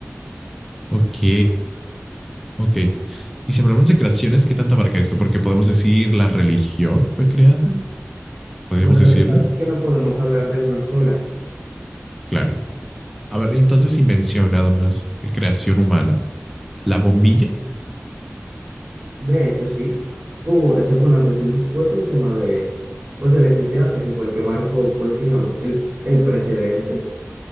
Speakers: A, in the centre; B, on the right.
A: Ok, ok. Y si hablamos de creaciones, ¿qué tanto abarca esto? Porque podemos decir la religión fue creada, podríamos
B: Bueno,
A: decirlo.
B: lo que pasa es que no podemos hablar de una sola.
A: Claro. A ver, entonces invención nada más, eh, creación humana, la bombilla
B: De hecho, sí, hubo, eso fue un antes y un después en tema de, pues, de electricidad, ese fue el que marcó, pues, digamos, el, el precedente